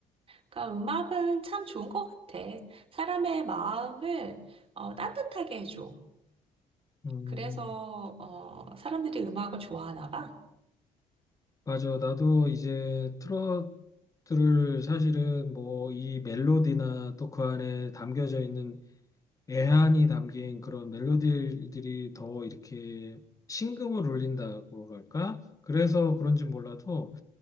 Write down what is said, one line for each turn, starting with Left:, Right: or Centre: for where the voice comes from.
Right: 그러니까 음악은 참 좋은 것 같아. 사람의 마음을 어, 따뜻하게 해줘.
Left: 음,
Right: 그래서 어, 사람들이 음악을 좋아하나 봐.
Left: 맞아. 나도 이제 트로트를 사실은 뭐 이 멜로디나 또 그 안에 담겨져 있는 애환이 담긴 그런 멜로디들이 더 이렇게 심금을 울린다고 할까? 그래서 그런지 몰라도